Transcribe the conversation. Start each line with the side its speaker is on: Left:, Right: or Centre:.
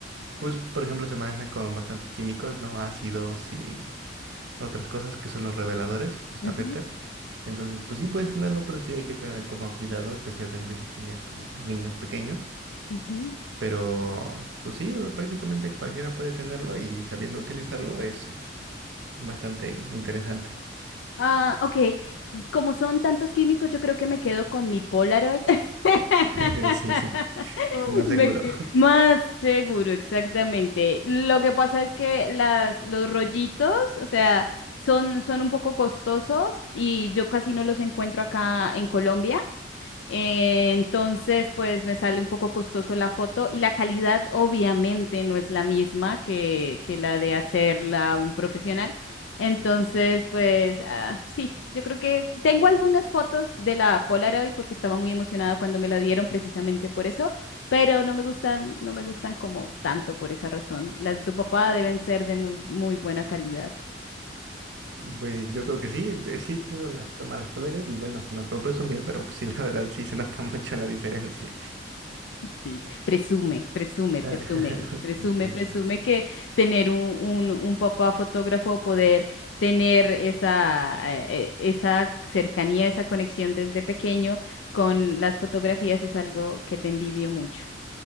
Right: pues, por ejemplo, se manejan con bastantes químicos, ¿no? Ácidos y otras cosas que son los reveladores, justamente.
Left: Ujú,
Right: Entonces, pues sí puedes tenerlo, pero sí hay que tener como cuidado, especialmente si tienes como niños pequeños.
Left: ujú.
Right: Pero, pues sí, prácticamente cualquiera puede tenerlo y sabiendo utilizarlo es bastante interesante.
Left: Ah, ok. Como son tantos químicos, yo creo que me quedo con mi Polaroid. <laughs>
Right: <laughs> Sí, sí,
Left: <laughs>
Right: más
Left: Me
Right: seguro.
Left: que- Más seguro, exactamente. Lo que pasa es que las, los rollitos, o sea, son, son un poco costosos y yo casi no los encuentro acá en Colombia. Eh, entonces, pues me sale un poco costoso la foto y la calidad obviamente no es la misma que, que la de hacerla un profesional. Entonces, pues ah, sí, yo creo que tengo algunas fotos de la Polaroid porque estaba muy emocionada cuando me la dieron precisamente por eso, pero no me gustan, no me gustan como tanto por esa razón. Las de tu papá deben ser de muy, muy buena calidad.
Right: Pues yo creo que sí, eh, sí he traído las cámaras polares y bueno, no es por presumir, pero pues sí, <laughs> la verdad sí se nota mucho la diferencia.
Left: Sí, presume, presume, presume,
Right: Ah, <laughs>
Left: presume,
Right: Sí,
Left: presume
Right: sí.
Left: que tener un, un, un papá fotógrafo, poder tener esa, eh, eh, esa cercanía, esa conexión desde pequeño con las fotografías es algo que te envidio mucho.